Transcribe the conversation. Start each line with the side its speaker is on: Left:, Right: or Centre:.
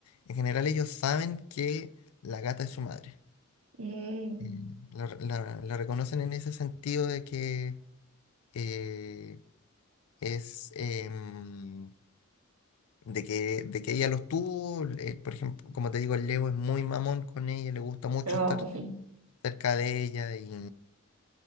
Left: en general ellos saben que la gata es su madre.
Right: Mm,
Left: Y La, re- la- la reconocen en ese sentido de que eh, es em, de que, de que ella los tuvo. eh, por ejemplo, como te digo, el Leo es muy mamón con ella, le gusta mucho
Right: no.
Left: estar
Right: <laughs>
Left: cerca de ella y